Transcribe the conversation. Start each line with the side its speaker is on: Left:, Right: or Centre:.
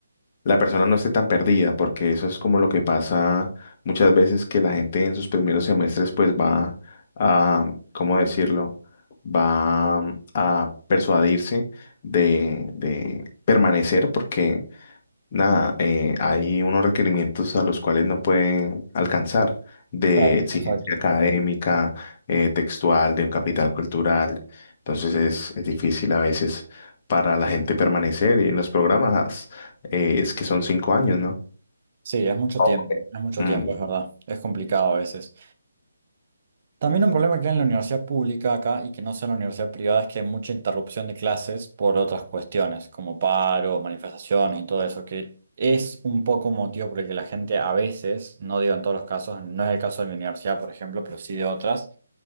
Left: la persona no esté tan perdida, porque eso es como lo que pasa muchas veces que la gente en sus primeros semestres, pues va a, ¿cómo decirlo? Va a persuadirse de, de permanecer, porque Nada, eh, hay unos requerimientos a los cuales no pueden alcanzar de
Right: claro,
Left: exigencia
Right: exacto.
Left: académica, eh, textual, de un capital cultural. Entonces es, es difícil a veces para la gente permanecer y en los programas eh, es que son cinco años, ¿no?
Right: Sí, es mucho
Left: Oh.
Right: tiempo, es mucho
Left: Mm,
Right: tiempo, es verdad. Es complicado a veces. También un problema que hay en la universidad pública acá y que no sea en la universidad privada es que hay mucha interrupción de clases por otras cuestiones, como paros, manifestaciones y todo eso, que es un poco motivo por el que la gente a veces, no digo en todos los casos, no es el caso de mi universidad, por ejemplo, pero sí de otras,